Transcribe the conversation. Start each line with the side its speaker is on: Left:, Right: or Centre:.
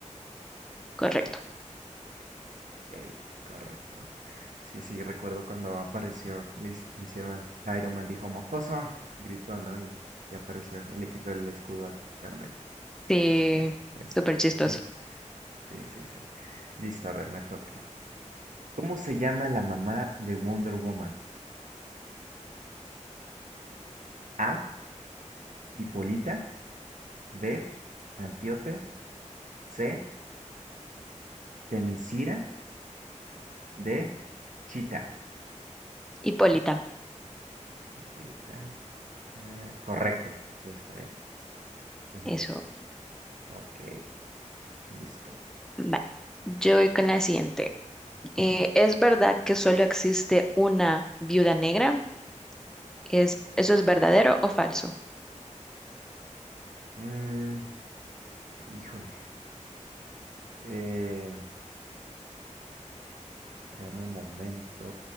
Centre: Correcto.
Right: Ok, correcto. Sí, sí, recuerdo cuando apareció, le, hici- le hicieron, Iron Man dijo, mocoso, gritó, ¿no? Y, y apareció y le quitó el escudo al Capitán América.
Centre: Sí,
Right: Así que eso.
Centre: súper chistoso.
Right: <laughs> Sí, sí, sí. Listo, a ver, me toca. ¿Cómo se llama la mamá de Wonder Woman? A, Hipólita, B, Antíope, C, Temiscira de Chita.
Centre: Hipólita,
Right: Hipólita. ah, correcto. Sí, está bien. Ujú.
Centre: eso
Right: Ok, listo.
Centre: va. Yo voy con la siguiente. Eh, ¿es verdad que solo existe una viuda negra? ¿Es, eso es verdadero o falso?
Right: Mm, híjole. Eh, dame un momento.